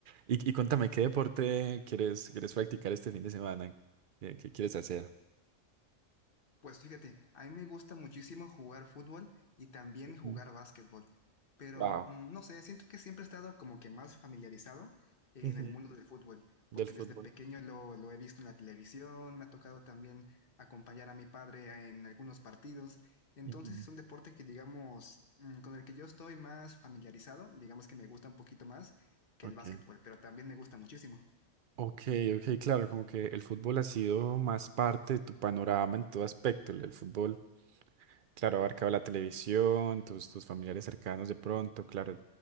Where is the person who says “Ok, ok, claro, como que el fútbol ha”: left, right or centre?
Right